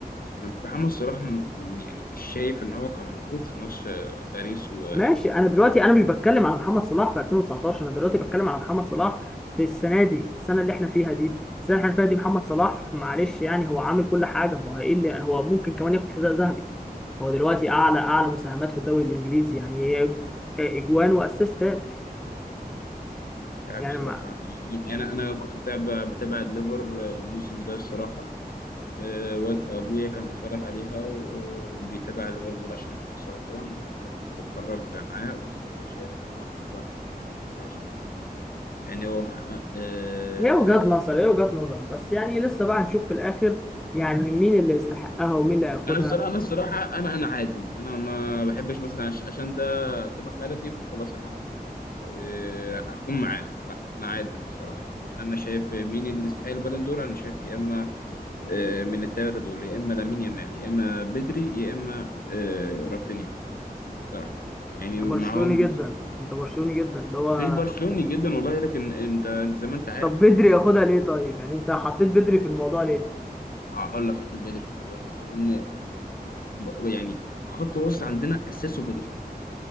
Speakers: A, on the left; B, in the centre.
A: محمد صلاح م- يعني مش شايف ان هو كان موجود في ماتش آه، باريس ومش
B: ماشي انا دلوقتي انا مش بتكلم على محمد صلاح في 2019 انا دلوقتي بتكلم على محمد صلاح في السنه دي في السنه اللي احنا فيها دي السنه اللي احنا فيها دي محمد صلاح معلش يعني هو عامل كل حاجه هو ايه اللي هو ممكن كمان ياخد حذاء ذهبي هو دلوقتي اعلى اعلى مساهمات في الدوري الانجليزي يعني هي اجوان واسيستات
A: عارف
B: يعني
A: صراحة
B: ما
A: انا انا أنا كنت بتابع بتابع الليفر الموسم ده الصراحة أه، وابويا كان بيتفرج عليها وبيتابع ليفربول عشان محمد صلاح طبعا فانا كنت بتفرج معاه والصراحة شايف ان محمد صلاح ما يستحقهاش قوي يعني هو محقق أه،
B: هي وجهات نظر هي وجهات نظر بس يعني لسه بقى هنشوف في الاخر يعني مين اللي يستحقها ومين اللي هياخدها
A: انا الصراحه انا الصراحه انا انا عادل انا ما بحبش مثلا عش- عشان ده تبع بلدي فخلاص انا آه، هكون معاه لا انا عادل الصراحه يعني انا شايف مين اللي يستحق البالون دور انا شايف يا اما آه، من الثلاثه دول يا اما لامين يامال يا اما بدري يا اما آه، رافينيا صراحه يعني
B: انت
A: معاهم
B: برشلوني جدا انت برشلوني جدا اللي هو
A: مش برشلوني جدا والله لكن انت زي ما انت عارف
B: طب بدري
A: ان برشلونه
B: ياخدها ليه طيب يعني انت حطيت بدري في الموضوع ليه؟
A: هقول لك هتقول بدري في الموضوع ليه لان ب- يعني خط وسط عندنا اساسه بدري